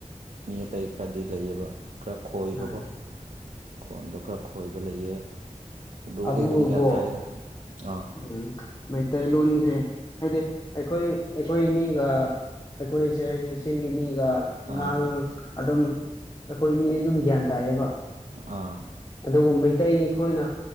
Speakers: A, on the right; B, on the left.
A: ꯃꯤ ꯑꯇꯩ ꯈꯔꯗꯤ ꯂꯩꯌꯦꯕ ꯈꯔ ꯈꯣꯏꯕꯀꯣ
B: ꯑꯥ
A: ꯈꯣꯟꯗꯣ ꯈꯔ ꯈꯣꯏꯕ ꯂꯩꯌꯦ ꯕ꯭ꯔꯣꯗꯤ
B: ꯑꯗꯨ
A: ꯑꯗꯨꯝ ꯒ꯭ꯌꯥꯟ
B: ꯀꯣ
A: ꯇꯥꯏꯗ ꯑꯥ
B: ꯎꯝ ꯃꯩꯇꯩꯂꯣꯟꯁꯦ ꯍꯥꯏꯗꯤ ꯑꯩꯈꯣꯏ ꯑꯩꯈꯣꯏ ꯃꯤꯒ ꯑꯩꯈꯣꯏꯁꯦ ꯍꯥꯏꯁꯦ ꯆꯤꯡꯒꯤ ꯃꯤ ꯑꯗꯨꯒ
A: ꯑꯥ
B: ꯑꯥꯡ
A: ꯍꯣꯏ
B: ꯑꯗꯨꯝ ꯑꯩꯈꯣꯏ ꯃꯤꯅ ꯑꯗꯨꯝ ꯒ꯭ꯌꯥꯟ ꯇꯥꯏꯌꯦꯕ
A: ꯑꯥ
B: ꯑꯗꯨꯒ ꯃꯩꯇꯩ ꯑꯩꯈꯣꯏꯅ